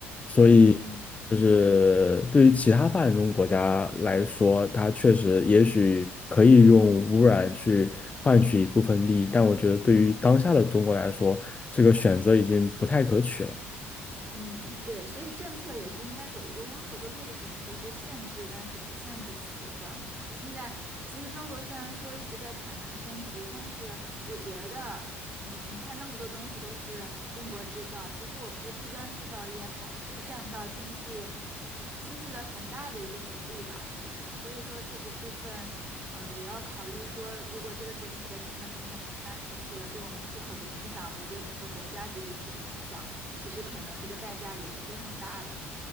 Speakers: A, on the left; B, on the right.
A: 所以，
B: 嗯。
A: 就是对于其他发展中国家来说，它确实也许可以用污染去换取一部分利益，但我觉得对于当下的中国来说，这个选择已经不太可取了。
B: 嗯，对，所以政策也是应该走一个温和的路径，就是限制，但是不限制死这样子嘛。现在其实中国虽然说一直在产能升级，但是我觉得，嗯，你看那么多东西都是中国制造，其实我们的低端制造业还是占到经济制经济的很大的一个比例吧，是不是？所以说这个部分，呃，也要考虑说，如果这个整体的成本增加出去了，对我们出口的影响和对整个国家 GDP 的影响。其实可能这个代价也是非常大的。